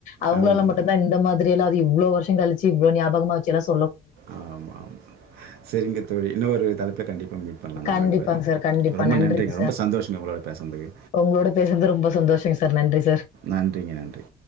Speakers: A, on the left (about 50°); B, on the right (about 80°).
A: அவங்களாலா
B: ஆமாமா.
A: மட்டுந்தா இந்த மாதிரில்லா இவ்ளோ வருஷங்களிச்சி இவ்ளோ ஞாபகமா வச்சி ஏனாஸ்
B: ஆமா ஆமா சரிங்க தோழி இன்னு ஒரு தலைப்ப கண்டிப் ப்போ மீட் பண்லா நம்ம
A: கண்டிப்பாங்க
B: ரெண்டு பேரு
A: சார். கண்டிப்பா.
B: ரொம்ப நன்றிங்க ரொம்ப
A: சார்.
B: சந்தோஷங்க உங்களோட பேசுன்துக்கு
A: உங்களோட பேசுனது ரொம்ப சந்தோஷங்க சார். நன்றி சார்.
B: நன்றிங்க நன்றி